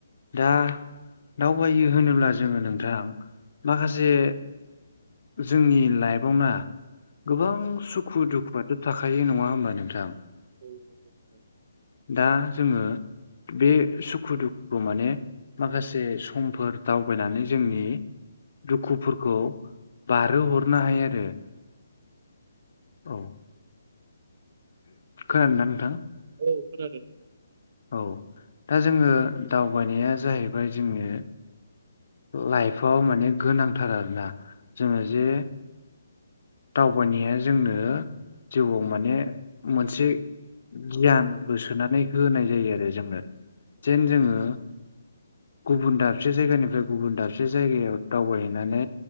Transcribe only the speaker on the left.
दा दावबायो होनोब्ला जोंङो नोंथां माखासे जोंनि लाइफआवना गोबां सुखु दुखुआथ थाख नंङा होमबा नोंथां
दा जोंङो बे सुखु दुखुखौ माने माखासे समफोर दाउ दावबायनानै जोंनि दुखुफोरखौ बारहो हरनो हायो आरो औ खोनानोदा नोंथां
औ दा जोंङो दावबायनाया जाहैबाय जोंङो लाइफआव माने गोनांथार आरोना जोंङो जे दावबायनाया जोंनो जिउआव माने मोनसे गियानबो सोनानै होनाय जायो आरो जोंनो जेन जोङो गुबुन दाबसे जायगानिफ्राय गुबुन दाबसे जायगायाव दावबायहैनानै